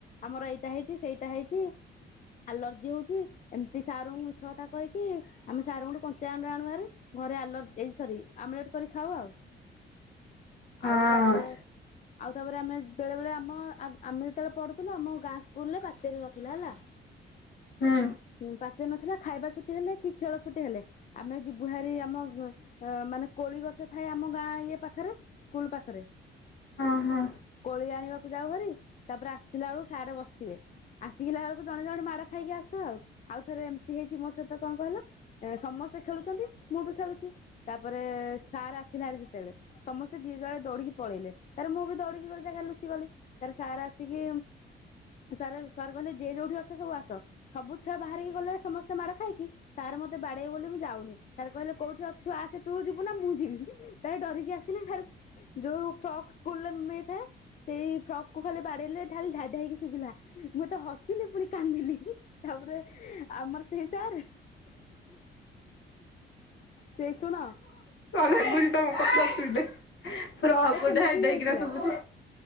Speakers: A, on the left; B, on the left.
A: ଆମର ଏଇଟା ହେଇଛି ସେଇଟା ହେଇଛି ଆଲର୍ଜି ହୋଉଚି। ଏମିତି ସାରଙ୍କୁ ମିଛ କଥା କହିକି ଆମେ ସାରଙ୍କୁଠୁ କଞ୍ଚା ଅଣ୍ଡା ଆଣ ବାରେ ଘରେ ଆଲ ସରି ଆମଲେଟ କରି ଖାଉ ଆଉ।
B: ହଁ
A: ଆଉ ତାପରେ ଆଉ ତାପରେ ଆମେ ବେଳେବେଳେ ଆମ ଆମେ ଯେତେବେଳେ ପଢ଼ୁ ତୁ ଆମ ଗାଁ ସ୍କୁଲ ରେ ପାଚୋରୀ ନଥିଲା ହେଲା।
B: ହୁଁ
A: ମୁଁ ପା ସେ ନଥିଲା ଖାଇବା ଛୁଟି ହେଲେ କି ଖେଳ ଛୁଟି ହେଲେ ଆମେ ଯିବୁହାରି ଆମ ମାନେ କୋଳି ଗଛ ଥାଏ ଆମ ଗାଁ ଇଏ ପାଖରେ ସ୍କୁଲ ପାଖରେ
B: ହଁ ହଁ।
A: କୋଳି ଆଣିବାକୁ ଯାଉ ଭରିି ତାପରେ ଆସିଲା ବେଳକୁ ସାର୍ ବସିଥିବେ ଆସିକିଲା ବେଳକୁ ଆ ଜଣେ ଜଣେ ମାଡ ଖାଇକି ଆସୁ ଆଉ। ଆଉ ଥରେ ଏମିତି ହେଇଛି ମୋ ସହିତ କଣ କହିଲା? ଏ ସମସ୍ତେ ଖେଳୁଛନ୍ତି ମୁଁ ବି ଖେଳୁଛି ତାପରେ ସାର୍ ଆସିନାହାନ୍ତି ଯେତେବେଳେ ସମସ୍ତେ ଦି ଯୁଆଡେ ଦୌଡିକି ପଳେଇଲେ ତାର ମୁଁ ବି ଦୌଡିକି ଗୋଟେ ଜାଗା ଲୁଚି ଗଲି ତାର ସାର ଆସିକି ସାରକାର କହିଲେ ସବୁ ଆସ ସବୁ ଛୁଆ ବାହାରିକି ଗଲେ ସମସ୍ତେ ମାଡ ଖାଇକି ସାର୍ ମତେ ବାଡେଇବ ବୋଲି ମୁ ଯାଉନି ସାର୍ କହିଲେ କୋଉଠି ଅଛୁ ଆସେ ତୁ ଯିବୁ ନା ମୁଁ ଯିବି ତ ଡରିକି ଆସିଲେ ସ ଯୋଉ ଫ୍ରକ୍ ସ୍କୁଲରେ ମିଳିଥାଏ ସେଇ ଫ୍ରକ୍ କୁ ଖାଲି ବାଡେଇଲେ ଖାଲିଢାଡି ହେଇକି ଶୁଭିଲା ମୁ ତ ହ ଆସିଲି ପୁଣି କାନ୍ଦିଲି ତାପରେ ଆମର ସେଇ ସାର୍ ସେଇ ଶୁଣ
B: ଲାଗୁଛି <unintelligible> ଫ୍ରକ୍
A: ଆରେ
B: ଗୋଟେ
A: ସେମିତି
B: ହାଇଟ୍ ହେଇକିନା
A: ହେଇଥିଲା
B: ଶୁଭୁଛି